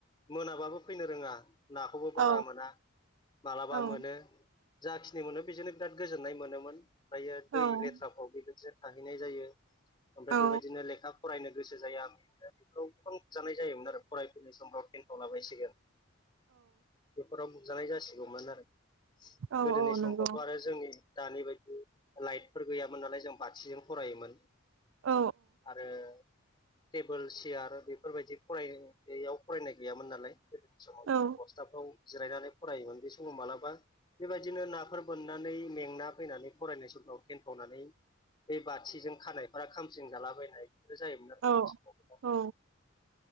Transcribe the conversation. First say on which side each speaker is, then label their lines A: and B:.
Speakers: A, on the left; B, on the right.
A: मोनाबाबो फैनो रोङा नाखौबो बारा
B: औ
A: मोना मालाबा
B: औ
A: मोनो जाखिनि मोनो बेजोंनो बिराद गोजोननाय मोनोमोन ओमफ्रायो दै
B: औ
A: लेथ्राफ्राव बेबायदिनो थाहैनाय जायो ओमफ्राय
B: औ
A: बेबायदिनो लेखा फरायनो गोसो जाया बेफोराव गोबां बुजानाय जायोमोन आरो फरायफैनाय समफ्राव टेनथाव लाबायसिगोन बेफोराव बुजानाय जासिगौमोन आरो
B: औ
A: गोदोनि
B: औ
A: समफ्रावथ'
B: नंगौ
A: आरो जोंनि दानि बायदि लाइटफोर गैयामोन नालाय जों बाथिजों फरायोमोन
B: औ
A: आरो टेबोल सियार बेफोरबायदि फरायनायाव फरायनाय गैयामोन नालाय गोदोनि समाव
B: औ
A: बस्थाफ्राव जिरायनानै फरायोमोन बे समाव मालाबा बेबायदिनो नाफोर बोननानै मेंना फैनानै फरायनाय समफ्राव थेनथावनानै बे बाथिजों खानायफोरा खामस्रिं जालाबायनाय बेफोर जायोमोन आरो
B: औ
A: जों सिगां
B: औ